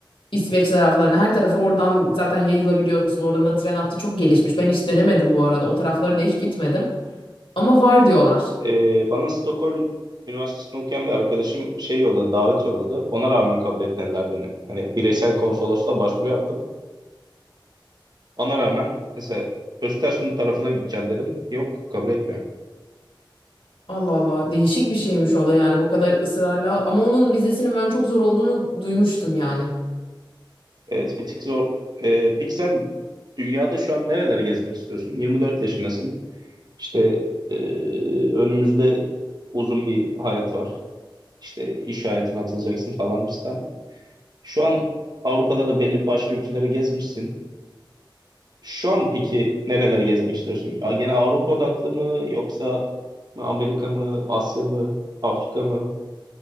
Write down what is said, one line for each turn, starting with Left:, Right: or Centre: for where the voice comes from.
Left: İsveç taraflarına her tarafa oradan zaten yayılabiliyorsun. Oradan da tren hattı çok gelişmiş. Ben hiç denemedim bu arada. O taraflara da hiç gitmedim. Ama var diyorlar.
Right: Ee, bana Stockholm Üniversitesi'nde okuyan bir arkadaşım şey yolladı, davet yolladı. Ona rağmen kabul etmediler beni. Hani bireysel konsolosluğa başvuru yaptım. Ona rağmen mesela Östersund tarafına gideceğim dedim. Yok, kabul etmiyor.
Left: Allah Allah değişik bir şeymiş o da yani bu kadar ısrarla ama onun vizesinin ben çok zor olduğunu duymuştum yani.
Right: Evet, bir tık zor. Ee, peki sen dünyada şu an nerelere gezmek istiyorsun? 24 yaşındasın. İşte ee, önümüzde uzun bir hayat var. İşte iş hayatına atılacaksın falan fistan. Şu an Avrupa'da da belli başka ülkeleri gezmişsin. Şu an peki nerelere gezmek istiyorsun? A- Gene Avrupa odaklı mı yoksa Amerika mı, Asya mı, Afrika mı?